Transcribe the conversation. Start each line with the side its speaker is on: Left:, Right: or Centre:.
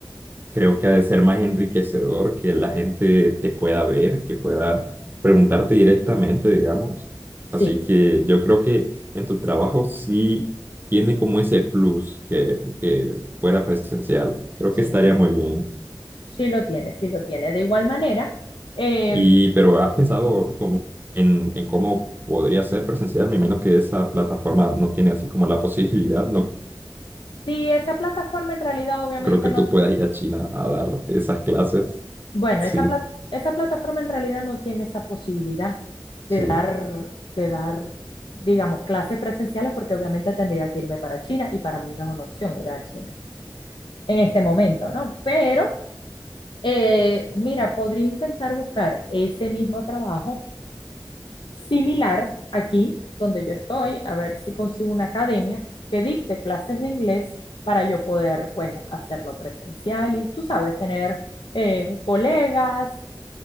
Right: creo que ha de ser más enriquecedor que la gente te pueda ver, que pueda preguntarte directamente, digamos.
Left: Sí,
Right: Así que yo creo que en tu trabajo sí tiene como ese plus que, que fuera presencial. Creo
Left: sí,
Right: que estaría muy bien.
Left: sí lo tiene, sí lo tiene. De igual manera, eh,
Right: Y, pero ¿has pensado como en, en cómo podría ser presencial? Me imagino que esa plataforma no tiene así como la posibilidad. No
Left: si esa plataforma en realidad obviamente
Right: creo que
Left: no
Right: tú puedas ir a China a dar esas clases.
Left: Bueno,
Right: Sí,
Left: esa pla- esa plataforma en realidad no tiene esa posibilidad de
Right: sí,
Left: dar, de dar, digamos, clases presenciales porque obviamente tendría que irme para China y para mí no es una opción ir a China en este momento, ¿no? Pero, eh, mira, podría intentar buscar ese mismo trabajo similar aquí donde yo estoy, a ver si consigo una academia que dicte clases de inglés para yo poder, pues, hacerlo presencial y, tú sabes, tener eh, colegas